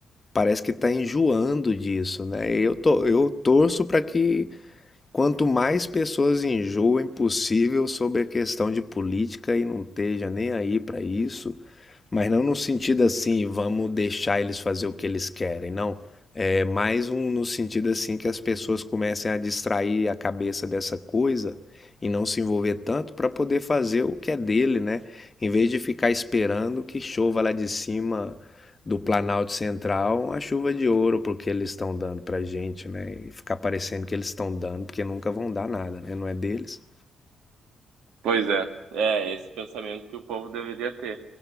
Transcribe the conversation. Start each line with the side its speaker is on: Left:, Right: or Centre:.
Left: parece que tá enjoando disso, né? Eu tô, eu torço para que quanto mais pessoas enjoem possível sobre a questão de política e não esteja nem aí para isso, mas não no sentido assim, vamos deixar eles fazer o que eles querem, não. É mais um no sentido assim que as pessoas comecem a distrair a cabeça dessa coisa e não se envolver tanto para poder fazer o que é dele, né? Em vez de ficar esperando que chova lá de cima do Planalto Central a chuva de ouro porque eles estão dando pra gente, né? E ficar parecendo que eles estão dando porque nunca vão dar nada, né? Não é deles.
Right: Pois é, é esse pensamento que o povo deveria ter.